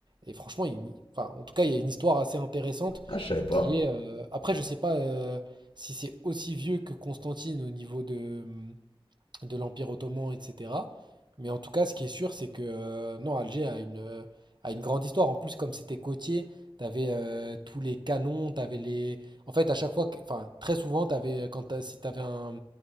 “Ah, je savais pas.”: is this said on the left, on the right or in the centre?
Left